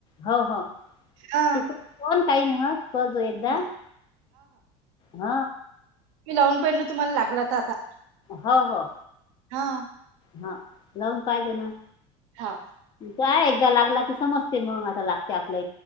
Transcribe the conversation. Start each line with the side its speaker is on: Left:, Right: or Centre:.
Left: हो हो!
Right: हा
Left: कोण काही नाही ह करदो एकदा
Right: हा
Left: ह
Right: की लावून पाहिलं तुम्हाला लागलाता आता.
Left: हो हो!
Right: हा!
Left: हा, लावून काय देणार.
Right: हा!
Left: काय एकदा लागला की समजते मग आता लागते आपला